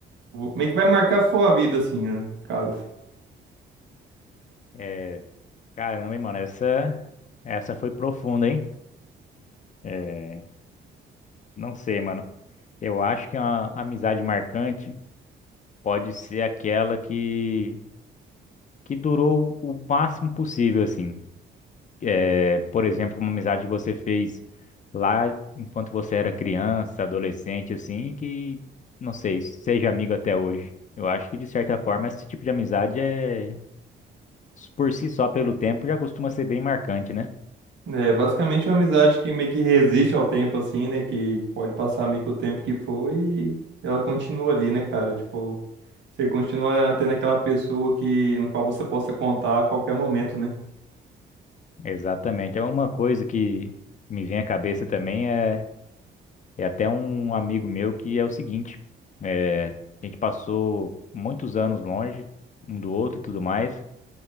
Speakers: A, on the right; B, on the left.
A: meio que vai marcar a sua vida, assim, né, cara?
B: É, caramba, hein, mano, essa essa foi profunda, hein? É, não sei, mano. Eu acho que uma amizade marcante pode ser aquela que que durou o máximo possível, assim. É, por exemplo, uma amizade que você fez lá enquanto você era criança, adolescente, assim, que, não sei, seja amigo até hoje. Eu acho que, de certa forma, esse tipo de amizade é Por si só, pelo tempo, já costuma ser bem marcante, né?
A: É basicamente uma amizade que meio que resiste ao tempo, assim, né? Que pode passar meio que o tempo que foi e ela continua ali, né, cara? Tipo, você continua tendo aquela pessoa que, no qual você possa contar a qualquer momento, né?
B: Exatamente. É uma coisa que me vem à cabeça também é, é até um amigo meu que é o seguinte: é, a gente passou muitos anos longe um do outro e tudo mais,